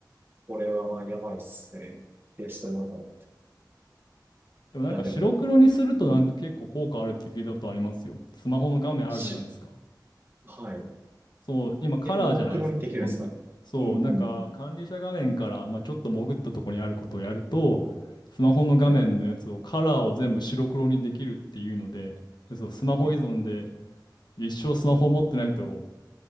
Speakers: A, on the right; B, on the left.
A: これはまあやばいっすね。否定したのがら。い
B: でもなんか白黒にするとなんか結構効果あるって聞いたことありますよ。
A: や、でも、うん。
B: スマホの画面あるじゃないですか。
A: し、はい。
B: そう、今カラーじゃないですか、
A: え、モノクロにできるんですかうん、
B: 基本で。そう、
A: うん、
B: なんか管理者画面から、
A: うん。
B: まあ、ちょっと潜ったところにあることをやると、スマホの画面のやつをカラーを全部白黒にできるっていうので、
A: はい。
B: でそう、スマホ依存で
A: え
B: 一生スマホ持ってないと